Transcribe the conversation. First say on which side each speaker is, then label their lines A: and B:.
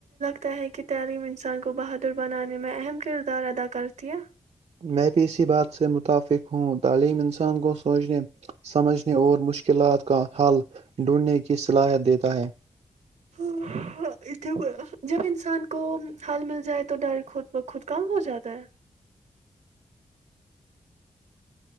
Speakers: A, on the right; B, on the right.
A: ت ہے کہ تعلیم انسان کو بہادر بنانے میں اہم کردار ادا کرتی ہے
B: میں بھی اسی بات سے متفق ہوں تعلیم انسان کو سوچنے سمجھنے اور مشکلات کا حل ڈھونڈنے کی صلاحیت دیتا ہے
A: ہ جب انسان کو حل مل جائے تو ڈر خود بخود کم ہو جاتا ہے